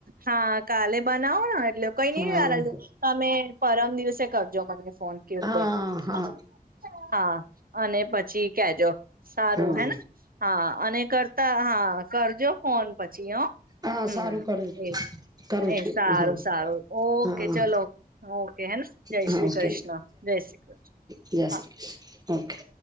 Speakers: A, on the right; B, on the right.
A: હા કાલે બનાવોના એટલે <unintelligible>
B: હા
A: તમે પરમ દિવસે કરજો મતલબ.
B: હા હા
A: <unintelligible> હા અને પછી કેજો. સારું
B: હા
A: હેના હા અને કર હા. કરજો ફોન પછી હો,
B: હા
A: હમ્મ
B: સારું કરું
A: એજ.
B: કરું
A: એ
B: છું
A: સારું-સારું,
B: હા
A: ઓકે,
B: હા
A: ચલો. ઓકે હે ને જય
B: હા
A: શ્રી
B: ઓકે
A: કૃષ્ણ. જય શ્રી કૃષ્ણ
B: જય
A: હા.
B: શ્રી કૃષ્ણ ઓકે.